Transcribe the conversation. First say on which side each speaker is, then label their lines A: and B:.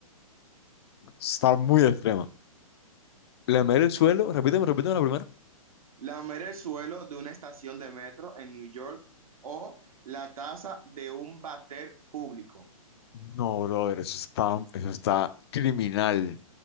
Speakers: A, on the left (about 45°); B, on the right (about 70°).
A: Está muy extrema. Lamer el suelo, repíteme, repíteme la primera.
B: lamer el suelo de una estación de metro en New York o la taza de un váter público.
A: No, brother, eso está, eso está criminal.